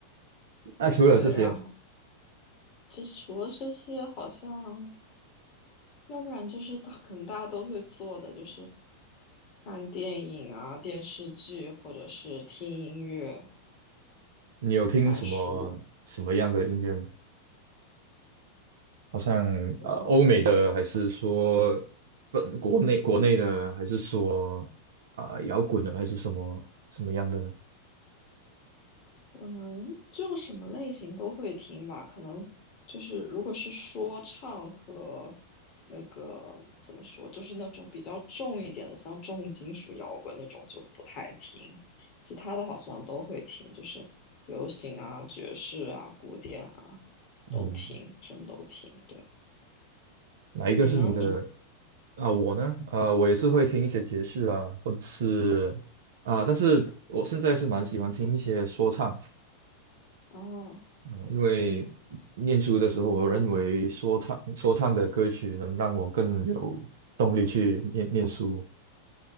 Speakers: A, on the right; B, on the left.
A: 那除了这些。
B: 对，然后这除了这些，好像要不然就是大，可能大家都会做的，就是看电影啊、电视剧，或者是听音乐、
A: 你有听什么什么样的音乐吗
B: 看书。
A: 好像呃欧美的，
B: 我
A: 还是说本国内国内的，还是说啊、呃摇滚的，还是什么什么样的呢？
B: 可能就什么类型都会听吧，可能就是如果是说唱和那个怎么说，就是那种比较重一点的，像重金属摇滚那种就不太听，其他的好像都会听，就是流行啊、爵士啊、古典啊都听，
A: 嗯，
B: 什么都听。对，
A: 哪一个是你的
B: 你呢？你
A: 啊？我呢？啊、我也是会听一些爵士啊，或者是啊、但是我现在是蛮喜欢听一些说唱
B: 哦，
A: 啊、因为念书的时候，我认为说唱说唱的歌曲能让我更有动力去念念书。